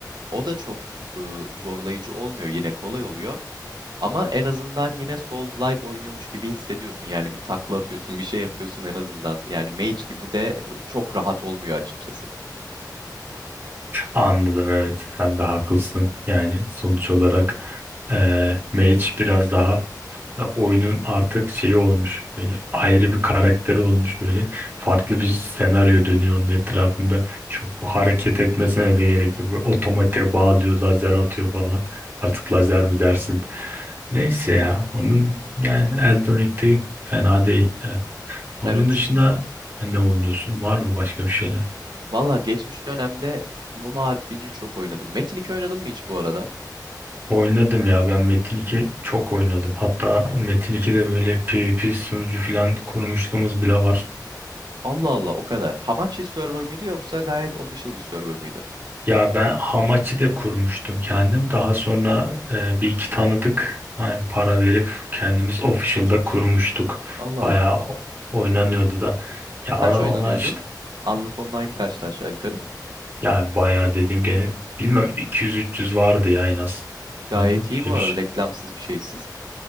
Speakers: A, on the right (about 75°); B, on the right (about 30°).
A: O da çok e, zorlayıcı olmuyor. Yine kolay oluyor. Ama en azından yine Souls-like oynuyormuş gibi hissediyorsun. Yani bir takla atıyorsun, bir şey yapıyorsun en azından. Yani Mage gibi de çok rahat olmuyor açıkçası.
B: anladım evet sen de haklısın yani sonuç olarak eee mage biraz daha Ya oyunun artık şeyi olmuş böyle ayrı bir karakteri olmuş böyle farklı bir senaryo dönüyor onun etrafında çok hareket etmesine de gerek yok Böyle otomatiğe bağlıyor lazer atıyor falan artık lazer mi dersin neyse ya onun yani Elden Ring'de fena değil evet onun
A: Evet.
B: dışında ne oynuyorsun var mı başka bir şeyler
A: Valla geçmiş dönemde MMORPG çok oynadım. Metin 2 oynadın mı hiç bu arada?
B: Oynadım ya ben Metin 2 çok oynadım. Hatta Metin 2'de böyle PvP sunucu falan kurmuşluğumuz bile var.
A: Allah Allah o kadar. Hamachi server mıydı yoksa gayet official bir server mıydı?
B: Ya ben hamachi de kurmuştum kendim. Daha sonra e, bir iki tanıdık hani para verip kendimiz official'da kurmuştuk.
A: Allah
B: Bayağı
A: Allah.
B: o- oynanıyordu da. Ya
A: Kaç oynanıyordu?
B: ona işte
A: Anlık online kaçtı aşağı yukarı?
B: yani bayağı dedim gene bilmem 200-300 vardı ya en az.
A: Gayet
B: Öyle öyle
A: iyi bu
B: bir
A: arada
B: şey.
A: reklamsız bir şeysiz.